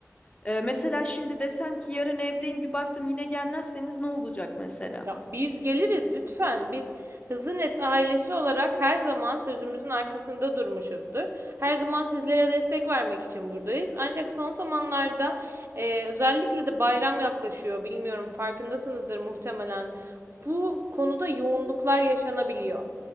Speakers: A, on the left; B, on the right.
A: Ee, mesela şimdi desem ki yarın evdeyim bir baktım yine gelmezseniz ne olacak mesela?
B: Ya Biz geliriz lütfen. Biz Hızlı Net ailesi olarak her zaman sözümüzün arkasında durmuşuzdur. Her zaman sizlere destek vermek için buradayız. Ancak son zamanlarda e, özellikle de bayram yaklaşıyor. Bilmiyorum farkındasınızdır muhtemelen. Bu konuda yoğunluklar yaşanabiliyor.